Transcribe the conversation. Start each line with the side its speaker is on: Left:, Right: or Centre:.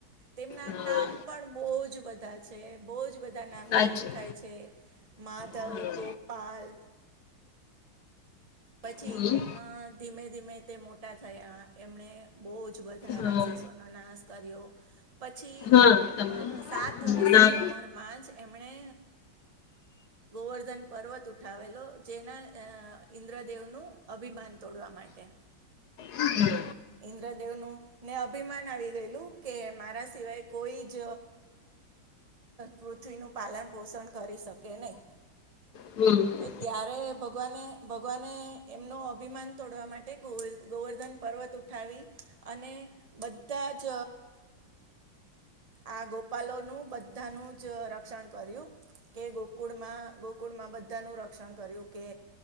Right: તેમના
Left: હા
Right: નામ પણ બહજ બધા છે બહજ બા બધા નામથી
Left: સાચું
Right: ઓળખાય છે માધવ
Left: હા
Right: ગોપાલ પછી
Left: હમ
Right: અ ધીમે ધીમે તે મોટા થયા એમણે બહુ જ બધા
Left: હા
Right: રાક્ષસોનો નાશ કર્યો પછી
Left: હા તમે
Right: અ સાત સાત વર્ષની
Left: નામ
Right: ઉંમરમાં જ એમણે ગોવર્ધન પર્વત ઉઠાવેલો જેના ઇન્દ્રદેવનું અભિમાન તોડવા માટે
Left: હા
Right: ઈન્દ્રદેવ નું ને અભિમાન આવી ગયેલું કે મારા સિવાય કોઈ જ પૃથ્વીનું પાલન પોષણ કરી શકે નહી
Left: હમ
Right: તો ત્યારે ભગવાને ભગવાને એમનો અભિમાન તોડવા માટે ગોવર્ધન પર્વત ઉઠાવી અને બધા જ આ ગોપાલોનું બધાનું જ રક્ષણ કર્યું કે ગોકુળમાં ગોકુળમાં બધાનું રક્ષણ કર્યું કે